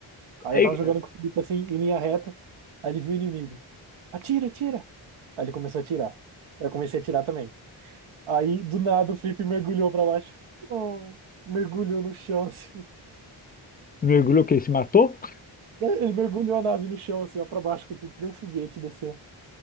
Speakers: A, on the right (about 80°); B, on the left (about 20°).
A: Aí
B: Ei,
A: eu tava jogando com o Felipe assim, em linha reta. Aí ele viu o inimigo. Atira, atira! Aí ele começou a atirar. Aí eu comecei a atirar também. Aí do nada o Felipe mergulhou pra baixo. Oh, mergulhou no chão <laughs> assim.
B: mergulhou o quê? Se matou?
A: Ele mergulhou a nave no chão assim, ó, pra baixo com tudo, que nem um foguete descendo.